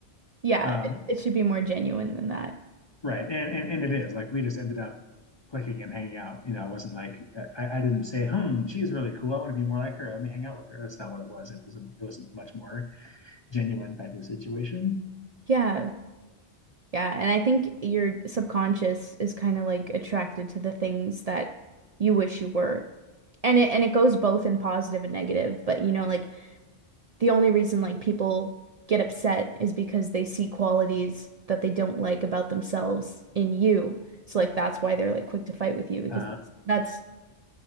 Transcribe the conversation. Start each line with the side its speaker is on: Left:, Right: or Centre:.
Right: Yeah,
Left: Um,
Right: it it should be more genuine than that.
Left: Right. And, and and it is like we just ended up clicking and hanging out. You know, I wasn't like I, I didn't say, "Hmm, she's really cool. I want to be more like her. Let me hang out with her." That's not what it was. It was a, it was a much more genuine type of situation.
Right: Yeah, yeah, and I think your subconscious is kind of like attracted to the things that you wish you were. And it and it goes both in positive and negative, but you know, like the only reason like people get upset is because they see qualities that they don't like about themselves in you. So like that's why they're like quick to fight with you because
Left: Oh,
Right: that's, that's